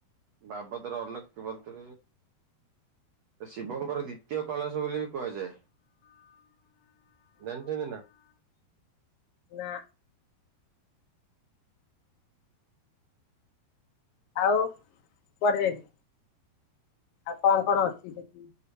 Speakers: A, on the right; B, on the left.
A: ବାବଦରେ ଅନେକ କିମନ୍ତ ଶିବଙ୍କର ଦି ତୀୟ କୈଳାଶ ବୋଲି ବି କୁହାଯାଏ ଜାଣିଛନ୍ତି ନା।
B: ନା। ଆଉ କୁଆଡେ ଯାଇଥିଲ ଆଉ କଣ କଣ ଅଛି ସେଠି?